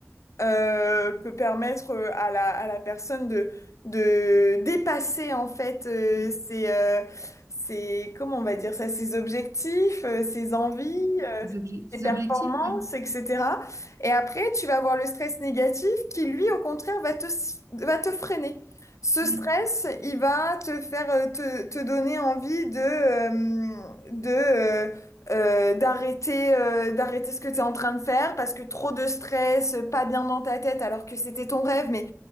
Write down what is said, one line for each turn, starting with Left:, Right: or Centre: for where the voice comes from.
Left: euh, peut permettre euh, à la, à la personne de, de dépasser en fait euh,
Right: Oui,
Left: ses, euh, ses- comment on va dire ça, ses objectifs, euh, ses envies
Right: les obje-
Left: tes performances,
Right: les objectifs, oui.
Left: etc. Et après, tu vas avoir le stress négatif qui, lui, au contraire, va te, va te freiner. Ce
Right: Mm.
Left: stress, il va te faire, euh, te, te donner envie de, euh, de, euh, euh, d'arrêter, euh, d'arrêter ce que tu es en train de faire parce que trop de stress, pas bien dans ta tête alors que c'était ton rêve, mais